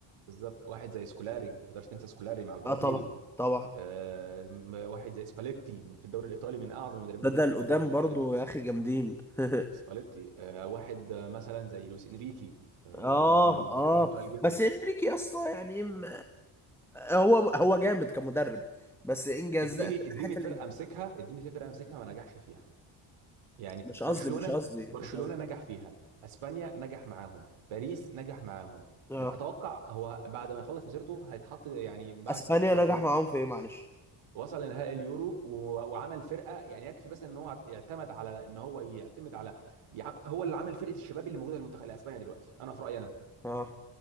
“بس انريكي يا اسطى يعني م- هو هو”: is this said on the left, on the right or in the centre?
Centre